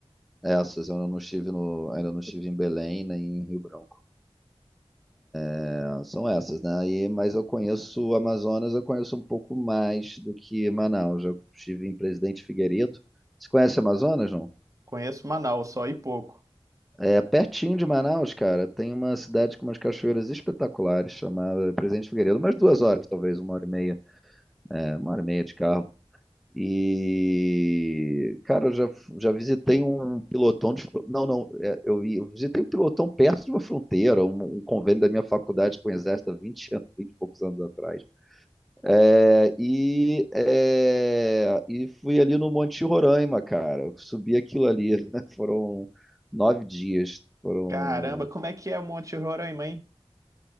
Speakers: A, in the centre; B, on the right (about 30°).
A: É, Essas, eu não estive no, ainda não estive em Belém nem em Rio Branco. É, são essas, né? E, mas eu conheço o Amazonas, eu conheço um pouco mais do que Manaus. Eu estive em Presidente Figueiredo. Você conhece Amazonas, não?
B: Conheço Manaus só e pouco.
A: É pertinho de Manaus, cara. Tem uma cidade com umas cachoeiras espetaculares chamada Presidente Figueiredo, umas duas horas, talvez, uma hora e meia. É, uma hora e meia de carro. E, cara, eu já, já visitei um pilotão de. Não, não, é, eu, ia- eu visitei um pilotão perto de uma fronteira, um, um convênio da minha faculdade com o Exército há 20 anos, <laughs> 20 e poucos anos atrás. É, e, é, e fui ali no Monte Roraima, cara. Eu Subi aquilo ali. <laughs> Foram nove dias. Foram.
B: Caramba, como é que é Monte Roraima, hein?